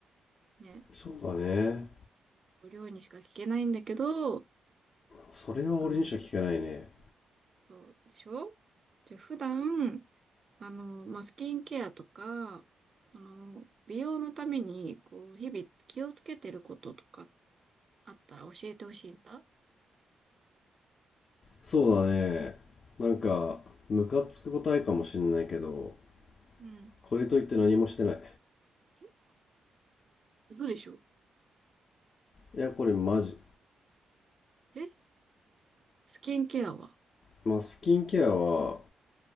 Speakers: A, on the right (about 40°); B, on the left (about 50°).
A: ね、
B: そうだね
A: りょうにしか聞けないんだけど、
B: それは俺にしか聞けないね
A: あの、そうでしょじゃあ普段、あの、まあ、スキンケアとか、その、美容のために、こう、日々気をつけてることとかあったら教えてほしいんだ。
B: そうだねなんかムカつく答えかもしんないけど
A: うん。
B: これといって何もしてない
A: え嘘でしょ
B: いやこれマジ、
A: えスキンケアは
B: まあ、スキンケアは